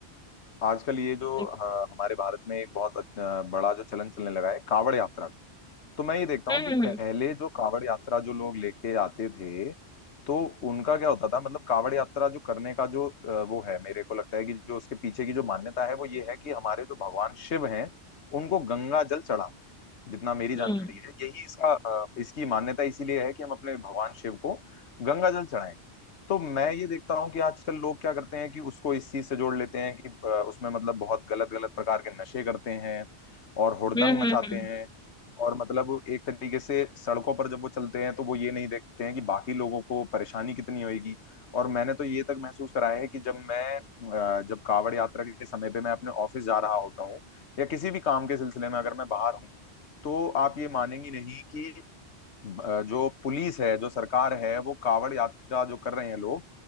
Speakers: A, on the left; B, in the centre.
A: आजकल ये जो
B: बिल्कुल
A: अ, हमारे भारत में एक बहुत अ, बड़ा जो चलन चलने लगा है कांवड़ यात्रा का तो मैं ये देखता
B: हम्म
A: हूँ कि पहले जो कावड़ यात्रा जो लोग लेके आते थे तो उनका क्या होता था मतलब कावड़ यात्रा जो करने का जो अ, वो है मेरे को लगता है कि जो उसके पीछे की जो मान्यता है वो ये है कि हमारे जो भगवान शिव हैं उनको गंगा जल चढ़ाना जितना मेरी जानकारी
B: हम्म
A: है यही इसका अ, इसकी मान्यता इसीलिए है कि हम अपने भगवान शिव को गंगा जल चढ़ाएं तो मैं ये देखता हूँ कि आजकल लोग क्या करते हैं कि उसको इस चीज से जोड़ लेते हैं कि अ, उसमें मतलब बहुत गलत गलत प्रकार के नशे करते हैं और हुड़दंग
B: हम्म हम्म
A: मचाते
B: हम्म हम्म,
A: हैं और मतलब एक तरीके से सड़कों पर जब वो चलते हैं तो वो ये नहीं देखते हैं कि बाकी लोगों को परेशानी कितनी होगी और मैंने तो ये तक महसूस कराया है कि जब मैं अ, जब कावड़ यात्रा के समय पे मैं अपने ऑफिस जा रहा होता हूँ या किसी भी काम के सिलसिले में अगर मैं बाहर हूँ तो आप ये मानेंगी नहीं कि अ, जो पुलिस है जो सरकार है वो कावड़ यात्रा जो कर रहे हैं लोग